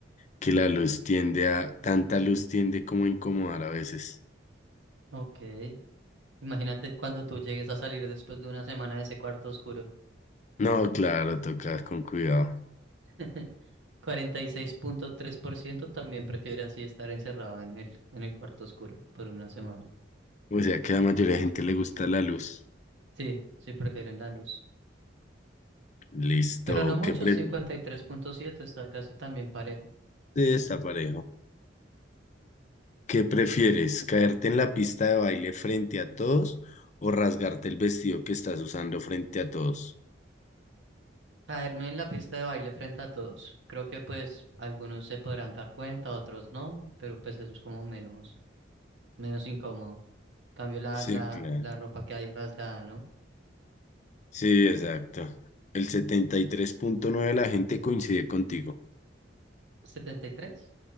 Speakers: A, on the left; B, on the right.
A: que la luz tiende a, tanta luz tiende como a incomodar a veces.
B: Ok, imagínate cuando tú llegues a salir después de una semana de ese cuarto oscuro.
A: No, claro, toca con cuidado.
B: <laughs> Cuarenta y seis punto tres por ciento también prefiere así estar encerrado en el, en el cuarto oscuro por una semana.
A: O sea que a la mayoría de gente le gusta la luz.
B: Sí, sí prefieren la luz.
A: Listo,
B: Pero no muchos,
A: ¿qué pre-
B: cincuenta y tres punto siete está casi también parejo.
A: Sí, está parejo. ¿Qué prefieres? ¿Caerte en la pista de baile frente a todos o rasgarte el vestido que estás usando frente a todos?
B: Caerme en la pista de baile frente a todos. Creo que pues algunos se podrán dar cuenta, otros no, pero pues es como menos, menos incómodo. Cambio la,
A: Sí,
B: la,
A: claro.
B: la ropa que hay rasgada, ¿no?
A: Sí, exacto. El 73.9 de la gente coincide contigo.
B: setenta y tres